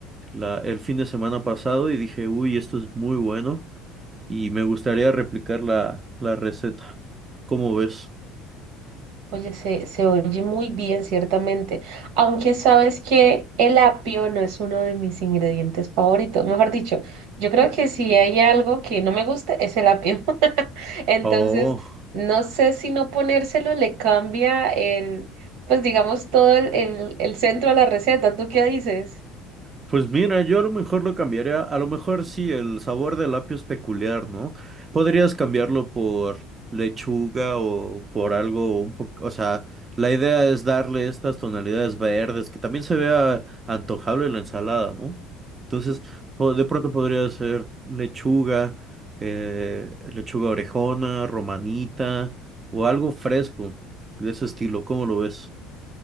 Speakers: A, on the right (about 20°); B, on the right (about 75°).
A: la, el fin de semana pasado y dije, uy, esto es muy bueno y me gustaría replicar la, la receta. ¿Cómo ves?
B: Oye, se, se oye muy bien, ciertamente. Aunque sabes que el apio no es uno de mis ingredientes favoritos. Mejor dicho, yo creo que si hay algo que no me guste es el apio. <laughs> Entonces,
A: Oh.
B: no sé si no ponérselo le cambia el, pues digamos, todo el, el, el centro de la receta. ¿Tú qué dices?
A: Pues mira, yo a lo mejor lo cambiaría, a lo mejor sí, el sabor del apio es peculiar, ¿no? Podrías cambiarlo por lechuga o por algo un poco, o sea, la idea es darle estas tonalidades verdes que también se vea antojable en la ensalada, ¿no? Entonces, po- de pronto podría ser lechuga, eh, lechuga orejona, romanita o algo fresco de ese estilo, ¿cómo lo ves?